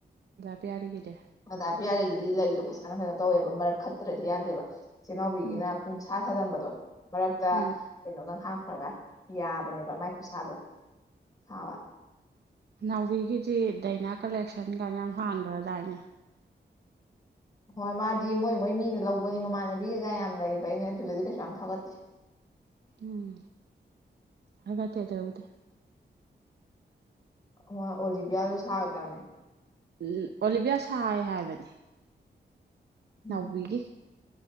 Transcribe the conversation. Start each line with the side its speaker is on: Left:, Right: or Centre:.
Right: ꯄꯤꯔꯒꯤꯗꯦ
Left: ꯗꯥ ꯄꯤꯌꯥꯔꯤꯒꯤꯗꯤ ꯂꯩꯗꯣ ꯐꯖꯅ ꯀꯩꯅꯣ ꯇꯧꯋꯦꯕ ꯃꯔꯛ ꯈꯠꯇ꯭ꯔꯗꯤ ꯌꯥꯗꯦꯕ ꯆꯦ ꯅꯥꯎꯕꯤꯒꯤꯅ
Right: ꯎꯝ
Left: ꯄꯨꯡꯁꯥ ꯁꯥꯖꯟꯕꯗꯣ ꯃꯔꯛꯇ
Right: ꯎꯝ
Left: ꯀꯩꯅꯣꯃ ꯍꯥꯞ ꯈ꯭ꯔ ꯌꯥꯕꯅꯦꯕ ꯃꯥꯏ ꯈꯨꯠꯁꯥꯗꯣ ꯁꯥꯕ
Right: ꯅꯥꯎꯕꯤꯒꯤꯗꯤ ꯗꯥꯏꯅꯥ ꯀꯂꯦꯛꯁꯟ ꯀꯥꯏꯅ ꯌꯥꯝ ꯍꯥꯡꯈ꯭ꯔꯗꯥꯏꯅꯦ
Left: ꯍꯣꯏ ꯃꯥꯗꯤ ꯃꯣꯏ ꯃꯣꯏ ꯃꯤꯅ ꯂꯧꯕꯅꯤ ꯃꯃꯥꯟꯅꯕꯤꯒꯩꯒ ꯌꯥꯝ ꯂꯩꯕ ꯑꯅꯦ ꯑꯗꯨꯗꯗꯤ ꯀꯩꯁꯨ ꯌꯥꯝ ꯊꯥꯒꯠꯇꯦ <inaudible>
Right: ꯎꯝ ꯍꯥꯏꯗꯤ ꯑꯗ ꯍꯎꯗꯦ
Left: ꯑꯃ ꯑꯣꯂꯤꯕꯤꯌꯥꯗ ꯁꯥꯒ꯭ꯔꯝꯅ‌‌ꯦ
Right: ꯎꯝ ꯑꯣꯂꯤꯕꯤꯌꯥ ꯁꯥꯏ ꯍꯥꯏꯕꯅꯤ
Left: ꯎꯝ
Right: ꯅꯥꯎꯕꯤꯒꯤ